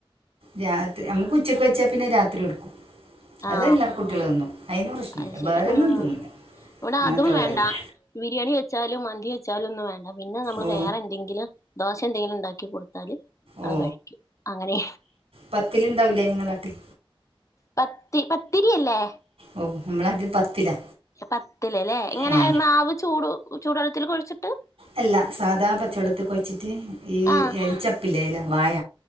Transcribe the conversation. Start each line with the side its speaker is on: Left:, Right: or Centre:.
Right: രാത്രി നമക്ക് ഉച്ചക്ക് വെച്ചാ പിന്നെ രാത്രി ഇടുക്കും അതെല്ലാ
Left: ആ
Right: കുട്ടികള്ന്നും അയ്ന് പ്രശ്നല്ല
Left: അത് ശരി
Right: വേറെന്നും
Left: ഉം
Right: തിന്നില്ല
Left: ഇവിടെ
Right: അങ്ങനത്തെ
Left: അതും
Right: വേറൊന്നും
Left: വേണ്ട ബിരിയാണി വെച്ചാലും മന്തി വെച്ചാലും ഒന്നും വേണ്ട പിന്നെ നമ്മള്
Right: ഓ
Left: വേറെ എന്തെങ്കിലും ദോശ എന്തെങ്കിലും ഇണ്ടാക്കി കൊടുത്താല്
Right: ഓ
Left: അത് കഴിക്കും അങ്ങനെ
Right: പത്തിൽണ്ടാവില്ലേ ങ്ങളാട്ടിൽ
Left: പത്തി പത്തിരിയല്ലേ
Right: ഓ നമ്മളക്ക പത്തിലാ
Left: പത്തിലലെ ഇങ്ങനെ
Right: ആ
Left: മാവ് ചൂട് ചൂടള്ളത്തില് കൊഴ്ച്ചിട്ട്
Right: അല്ല സാധാ പച്ചവെള്ളത്തി കൊയിച്ചിട്ട് ഈ
Left: ആഹ്
Right: എലിച്ചെപ്പില്ലേ എല വാഴ